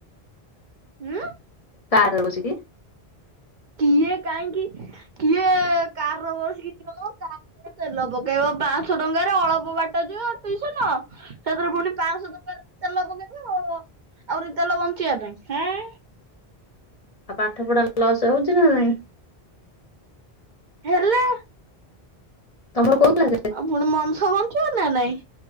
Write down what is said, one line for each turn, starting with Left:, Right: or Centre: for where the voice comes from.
Right: ଉଁ
Left: କାର ରେ ବସିକି
Right: କିଏ କାହିଁକି, କିଏ କାରରେ ବସିକିି ଯିବ ମଁ? କାର୍ ର ତେଲ ପକେଇବ ପାଁଶହ ଟଙ୍କାରେ ଅଳପ ବାଟ୍ ବାଟ ଯିବ ଟୁଇସନ ସେଥିରେ ପୁଣି ପାଶହ ଟଙ୍କାରେ ତେଲ ପକେଇବ, ଆହୁରି ତେଲ ବଞ୍ଚିବ ପାଇଁଁ। ହେଁ।
Left: ଆଉ ପାଠ ପଢା ଲସ୍ ହୋଉଚି ନା ନାଇଁ?
Right: ହେଲା
Left: ତମର <inaudible>
Right: ଆଉ ଫୁଣି ମଂସ ବଞ୍ଚିବ ନା ନାଇଁ।